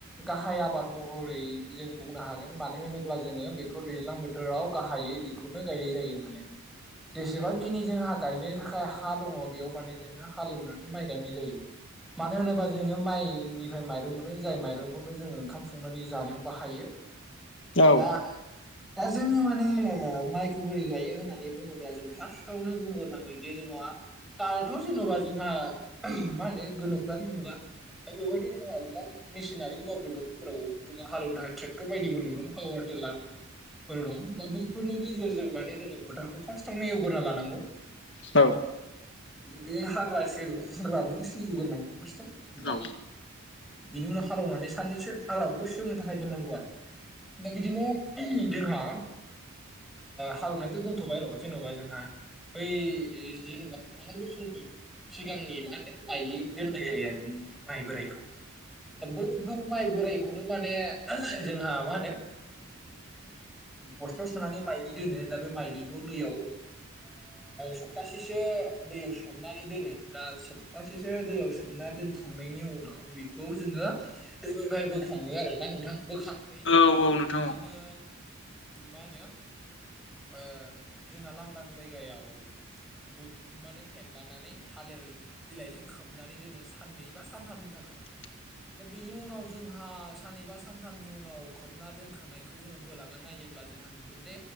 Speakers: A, in the centre; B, on the left.
A: गाहाय आबाद महरै जों बुंनो हागोन मानो होनोब्ला जोङो बेखौ दैज्लां बोथोर बोथोराव गाहायै बेखौनो गायनाय जायो माने जेसेबांखिनि जोंहा गायनो थाखाय हा दङ बेयाव माने जोङो हालेवनानै माइ गायनाय जायो‌‌। मानो होनोबा जोङो माइनि ओमफ्राय माइरं मोनो जाय माइरंखौनो जोङो ओंखाम संनानै जानायाव बाहायो।
B: औ
A: दा दा जोङो माने माइखौ बोरै गायो होननानै बुङोब्ला जों फार्स्टावनो बुंग्रोनांगोन। जोंहा दाथ' जेन'बा जोंहा मा होनो गोनोखोानो मुगा दा बेवहाय <unintelligible> मेसिनारि मुाफोर दं जेराव जोंङो हालेवनो थाखाय ट्रेक्टर बायदिफोरबो दं पावार टिला फोर दं दा बैफोरनि गेजेरजों माने जोङो फोथारखौ फार्स्टआवनो एवगा लानांगौ
B: औ
A: बे हाग्रा हाग्राफोरखौ सोगग्रोनांगौ फार्स्टआव
B: औ
A: दा बिनि उनाव हालवनानै सानैनैसो आग्रााबखौ सेवनो थाखाय दोननांगौ आरो दा बिदिनो जोंहा हालेवनायाथ' दोनथ'बाय र' जेन'बा जोंहा बै जेनेबा थांनाय बोसोरनि सिगांनि मा होनो लइलि दोननाय जायो आरो माइ बोराय दा बैफोर माइ बोरायखौनो माने जोंहा मा होनो बस्थायाव सोनानै माइलि दोनो दा बे माइलिखौ दैयाव सप्तासेसो दैयाव सनानै दोनो दा सप्तासेसो दैयाव सोमना दोनखांनायनि उनाव बेखौ जोङो दैनिफ्राय बोखाङो आरोना नोंथां बोखा
B: औ औ नोंथां
A: बिदिनो
B: औ
A: मा होनो ओ जोंहा लांदां जायगायाव ब माने फेनलानानै थालिर बिलाइजों खोबनानै दोनो साननै बा सानथामनि थाखाय
B: <inaudible>
A: दा बेनि उनाव जोंहा साननबा सानथामनि उनाव खोबना दोनखांनायखौ जोङो बोलाना नायोब्ला जोंहा नुगोन दे